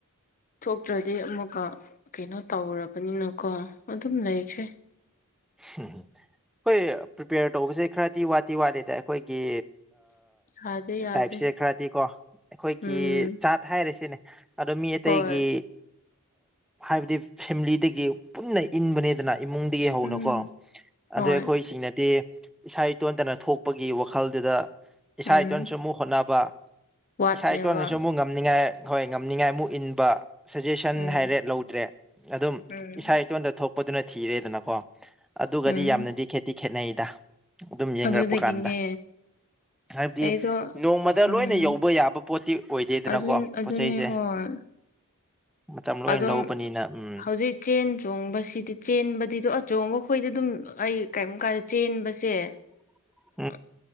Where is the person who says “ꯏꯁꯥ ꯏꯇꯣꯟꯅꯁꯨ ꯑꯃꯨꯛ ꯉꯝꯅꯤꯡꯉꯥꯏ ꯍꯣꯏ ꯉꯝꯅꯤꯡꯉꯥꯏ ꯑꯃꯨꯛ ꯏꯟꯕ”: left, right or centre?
Centre